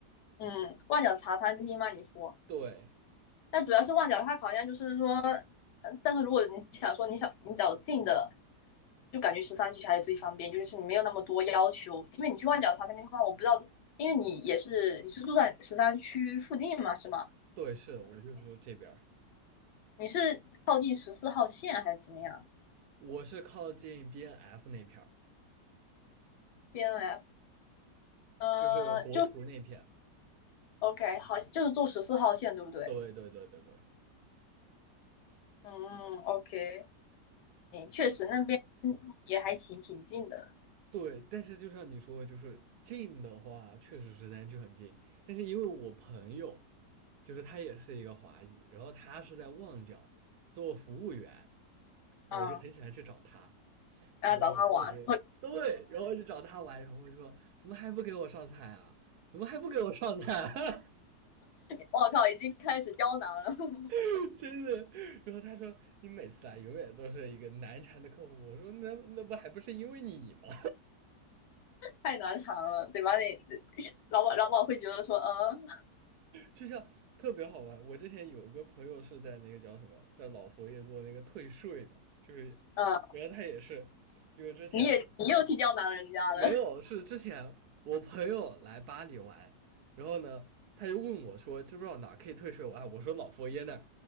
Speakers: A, on the left; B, on the right.
A: 嗯，万脚茶餐厅吗？你说。
B: 对，
A: 那主要是旺角，它好像就是说，但但是如果你想说你想你找近的，就感觉十三区还是最方便，就是你没有那么多要求，因为你去旺角茶餐厅的话，我不知道，因为你也是你是住在十三区附近嘛，是吗？
B: 对，是，我就说这边儿
A: 你是靠近十四号线还是怎么样
B: 我是靠近 BNF 那片儿，
A: ？BNF，呃，
B: 就是国图那片，
A: 就 OK，好，就是坐十四号线对不对？
B: 对对对对对，
A: 嗯，OK，行，确实那边
B: 就
A: 也还行，挺近的，
B: 对，但是就像你说的，就是近的话，确实时间就很近。但是因为我朋友，就是他也是一个华裔，然后他是在旺角做服务员，我就很喜欢去找他。
A: 嗯，然后找他玩，
B: 然后每次我就 <laughs> 对，然后就找他玩，然后我就说怎么还不给我上菜啊？怎么还不给我上菜啊？
A: 我靠，已经开始刁难了。<laughs>
B: <laughs> 真的。然后他说你每次来永远都是一个难缠的客户。我说那那不还不是因为你吗？
A: 太难缠了，对吧？你老板老板会觉得说，嗯
B: 就像特别好玩。我之前有个朋友是在那个叫什么，在老佛爷做那个退税嘛，就是，
A: 嗯，
B: 然后他也是，就是之前
A: 你也你又替刁难人家了，
B: 没有，是之前我朋友来巴黎玩，然后呢，他就问我说，知不知道哪儿可以退税？我啊，我说老佛爷那儿